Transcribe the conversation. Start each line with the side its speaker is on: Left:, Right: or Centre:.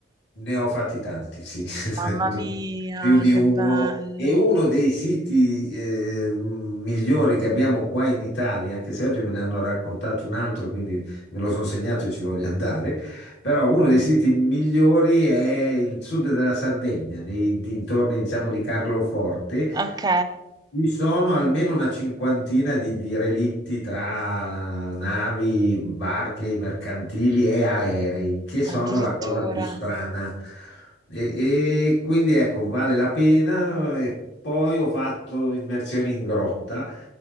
Left: ne ho fatti tanti, sì, <laughs>
Right: Mamma mia,
Left: più di
Right: che
Left: uno.
Right: bello.
Left: E uno dei siti eh, migliori che abbiamo qua in Italia, anche se oggi me ne hanno raccontato un altro, quindi me lo sono segnato e ci voglio andare, però uno dei siti migliori è il sud della Sardegna, nei dintorni, diciamo, di Carloforte.
Right: Ok,
Left: Ci sono almeno una cinquantina di, di relitti tra navi, barche, mercantili e aerei, che sono
Right: addirittura.
Left: la cosa più strana. E, e quindi ecco, vale la pena. E poi ho fatto immersioni in grotta,